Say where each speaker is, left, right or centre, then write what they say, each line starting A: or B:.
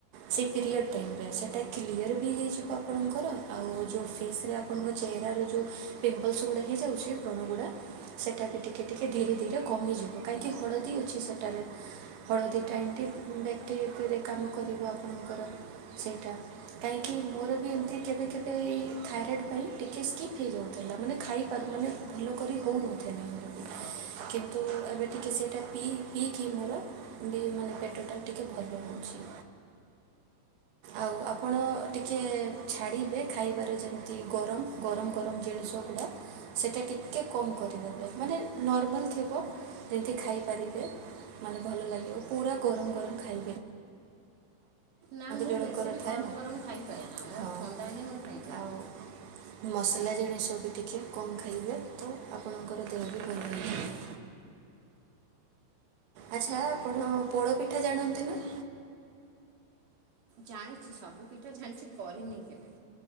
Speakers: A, on the right; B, on the right.
A: ସେଇ ପିରିଅଡ଼୍ ଟାଇମରେ ସେଇଟା କ୍ଲିଅର୍ ବି ହେଇଯିବ ଆପଣଙ୍କର ଆଉ ଯେଉଁ ଫେସ୍ ରେ ଆ ଆପଣଙ୍କ ଚେହେରାରେ ଯେଉଁ ପିମ୍ପଲ୍ସ ଗୁଡ଼ା ହେଇଯାଉଛି ବ୍ରଣ ଗୁଡ଼ା ସେଇଟା ବି ଟିକେ ଟିକିଏ ଧୀରେ ଧୀରେ କମିଯିବ କାହିଁକି ହଳଦୀ ଅଛି ସେଟାରେ ହଳଦୀଟା ଏମିତି ବ୍ୟାକ୍ଟେରିକରେ କାମ କରିବ ଆପଣଙ୍କର ସେଇଟା କାହିଁକି ମୋର ବି ଏମିତି କେବେ କେବେ ଏ ଥାଇରଏଡ଼୍ ପାଇଁ ଟିକେ ସ୍କିପ୍ ହେଇଯାଉଥିଲା ମାନେ ଖାଇପାରୁ ମାନେ ଭଲ କରି ହେଉନଥିଲା ମୋ ବି କିନ୍ତୁ ଏବେ ଟିକିଏ ସେଇଟା ପିଇ ପିଇକି ମୋର ବି ମାନେ ପେଟଟା ଟିକେ ଭଲ ରହୁଛି। ଆଉ ଆପଣ ଟିକିଏ ଛାଡ଼ିବେ ଖାଇବାର ଯେ ତି ଗରମ ଗରମ ଗରମ ଜିନିଷ ଗୁଡ଼ା ସେଇଟା ଟିକଏ କମ୍ କରିଦେବେ ମାନେ ନର୍ମାଲ୍ ଥିବ ଯେମିତି ଖାଇପାରିବେ, ମାନେ ଭଲ ଲାଗିବ ପୁରା ଗରମ ଗରମ ଖାଇ
B: ନା ମୁଁ
A: ଜଣଙ୍କର
B: ବେଶୀ ବି
A: ଥାଏ
B: ଗରମ
A: ନା
B: ଗରମ ଖାଇପାରେ ନା ମୋର
A: ହଁ
B: ଥଣ୍ଡା ହିଁ ମୁଁ ଖାଇପାରେ।
A: ଆଉ ମସଲା ଜିଣିଷ ବି ଟିକେ କମ୍ ଖାଇବେ ତ ଆପଣଙ୍କର ଦେହ ବି ଭଲ ହେଇଯିବ। ଆଚ୍ଛା ଆପଣ ପୋଡ଼ପିଠା ଜାଣନ୍ତି ନା?
B: ଜାଣିଛି ସବୁ ପିଠା ଜାଣିଛି କରିନି କେବେ।